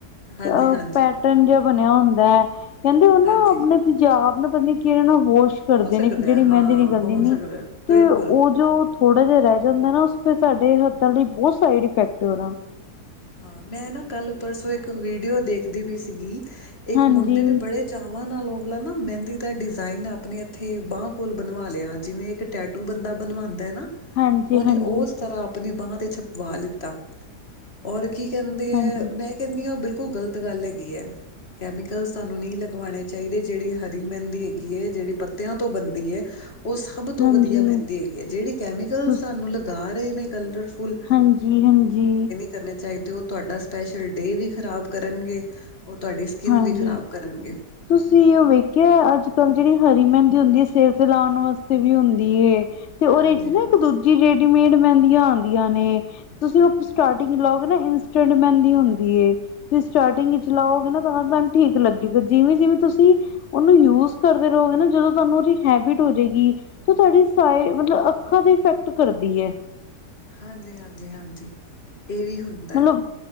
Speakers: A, on the left; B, on the left.
A: ਹਾਂਜੀ
B: ਅ
A: ਹਾਂਜੀ
B: ਪੈਟਰਨ ਜਿਹਾ ਬਣਿਆ ਹੁੰਦਾ ਐ ਕਹਿੰਦੇ ਉਹ ਨਾ
A: ਹਾਂਜੀ
B: ਆਪਣੇ। ਜਾ ਆਪ ਨਾ ਪਤਾ ਕਿਹੜੇ ਨਾ ਹੋਸ਼। ਕੁੱਛ ਕਰਦੇ
A: ਹੋ ਸਕਦਾ
B: ਨੇ ਕਿ ਜਿਹੜੀ
A: ਹੈ ਹਾਂ
B: ਮਹਿੰਦੀ ਨਿਕਲਦੀ
A: ਹੋ
B: ਨੀ
A: ਸਕਦਾ ਹੈ, ਬਿਲਕੁਲ
B: ਤੇ ਉਹ ਜੋ। ਥੋੜਾ ਜਿਹਾ ਰਹਿ ਜਾਂਦਾ ਨਾ ਉਸ ਫਿਰ ਸਾਡੇ ਹੱਥਾਂ ਲਈ
A: ਹੂੰ,
B: ਬਹੁਤ ਸਾਈਡ ਇਫੈਕਟ ਏ ਓਦਾ।
A: ਹਾਂ, ਮੈਂ ਨਾ ਕੱਲ ਪਰਸੋਂ ਇੱਕ ਵੀਡੀਓ ਦੇਖਦੀ ਪਈ ਸੀਗੀ ਇੱਕ
B: ਹਾਂਜੀ,
A: ਮੁੰਡੇ ਨੇ ਬੜੇ। ਚਾਵਾਂ ਨਾਲ ਓਵਲਾ ਨਾ ਮਹਿੰਦੀ ਦਾ ਡਿਜ਼ਾਇਨ ਆਪਣੇ ਇੱਥੇ ਬਾਂਹ ਕੋਲ ਬਣਵਾ ਲਿਆ ਜਿਵੇਂ ਇੱਕ। ਟੈਟੂ ਬੰਦਾ ਬਣਵਾਉਂਦਾ ਹੈ ਨਾ
B: ਹਾਂਜੀ,
A: ਉਹਨੇ
B: ਹਾਂਜੀ,
A: ਉਸ ਤਰ੍ਹਾਂ ਆਪਣੀ ਬਾਂਹ ਤੇ ਛਪਵਾ ਲਿੱਤਾ ਔਰ ਕੀ ਕਹਿੰਦੇ ਹੈ
B: ਹਾਂਜੀ,
A: ਮੈਂ ਕਹਿੰਦੀ ਹਾਂ ਉਹ ਬਿਲਕੁਲ ਗ਼ਲਤ ਗੱਲ ਹੈਗੀ ਹੈ ਕੈਮੀਕਲ ਤੁਹਾਨੂੰ ਨਹੀਂ ਲਗਵਾਉਣੇ ਚਾਹੀਦੇ ਜਿਹੜੀ ਹਰੀ ਮਹਿੰਦੀ ਹੈਗੀ ਹੈ ਜਿਹੜੀ ਪੱਤਿਆਂ ਤੋਂ ਬਣਦੀ ਹੈ ਉਹ ਸਭ ਤੋਂ
B: ਹਾਂਜੀ
A: ਵਧੀਆ ਮਹਿੰਦੀ ਹੈਗੀ ਆ ਜਿਹੜੀ ਕੈਮੀਕਲ
B: ਤੁਸ
A: ਸਾਨੂੰ ਲਗਾ ਰਹੇ ਨੇ ਕਲਰਫੁਲ
B: ਹਾਂਜੀ ਹਾਂਜੀ
A: ਕਰਨੇ ਚਾਹੀਦੇ ਉਹ ਤੁਹਾਡਾ ਸਪੈਸ਼ਲ ਡੇ ਵੀ ਖ਼ਰਾਬ ਕਰਨਗੇ ਔਰ ਤੁਹਾਡੀ ਸਕਿੰਨ
B: ਹਾਂਜੀ।
A: ਵੀ ਖ਼ਰਾਬ ਕਰਨਗੇ
B: ਤੁਸੀਂ ਉਹ ਵੇਖਿਆ, ਅੱਜ -ਕੱਲ ਜਿਹੜੀ ਹਰੀ ਮਹਿੰਦੀ ਹੁੰਦੀ ਏ, ਸਿਰ ਤੇ ਲਾਉਣ ਵਾਸਤੇ ਵੀ ਹੁੰਦੀ ਏ ਤੇ ਉਹਦੇ
A: ਹਾਂਜੀ-ਹਾਂਜੀ।
B: ਚ ਨਾ ਇੱਕ ਦੂਜੀ
A: ਹਾਂਜੀ-ਹਾਂਜੀ,
B: ਰੇਡੀਮੇਡ ਮਹਿੰਦੀਆਂ ਆਉਂਦੀਆਂ ਨੇ। ਤੁਸੀਂ ਉਹ ਸਟਾਟਿੰਗ ਲਾਓਗੇ ਨਾ ਇੰਸਟੈਂਟ ਮਹਿੰਦੀ ਹੁੰਦੀ ਏ, ਤੁਸੀਂ ਸਟਾਟਿੰਗ ਵਿੱਚ ਲਾਓਗੇ ਨਾ। ਸਾਵਧਾਨ ਠੀਕ ਲੱਗੇਗਾ ਜਿਵੇਂ ਜਿਵੇਂ ਤੁਸੀਂ। ਉਹਨੂੰ ਯੂਜ ਕਰਦੇ ਰਹੋਗੇ ਨਾ ਜਦੋਂ ਤੁਹਾਨੂੰ ਉਹਦੀ ਹੈਬਿਟ ਹੋ ਜਾਏਗੀ। ਤੇ ਸਾਡੀ ਸਾਏ ਮਤਲਬ ਅੱਖਾਂ ਤੇ ਇਫੈਕਟ ਕਰਦੀ ਹੈ।
A: ਹਾਂਜੀ-ਹਾਂਜੀ, ਹਾਂਜੀ ਇਹ ਵੀ ਹੁੰਦਾ।
B: ਮਤਲਬ